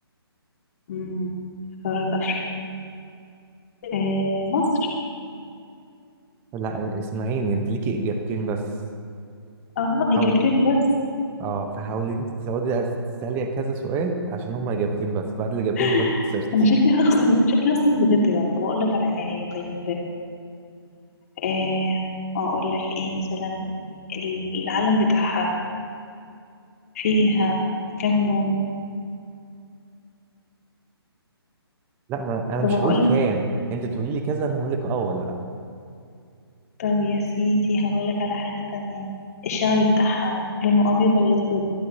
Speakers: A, on the left; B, on the right.
A: مم. في قارة أفريقيا إيه مصر
B: لا اسمعيني انت ليكي اجابتين بس
A: اه
B: حاول
A: إجابتين بس
B: اه فحاولي انت تزودي تسألي كذا سؤال عشان هما اجابتين بس بعد الاجابتين
A: <laughs>
B: يبقى انت خسرتي
A: أنا شكلي هخسر شكلي هخسر بجد بقى طب أقول لك على حاجة طيب إيه أقول لك إيه مثلا ال- العلم بتاعها فيها كام لون
B: لا ما انا
A: طب
B: مش
A: أقول
B: هقول كام
A: لك
B: انت تقولي لي كذا انا هقول لك اه ولا لا
A: طب يا سيدي هقول لك على حاجة تانية الشعب بتاعها لونه أبيض ولا أسود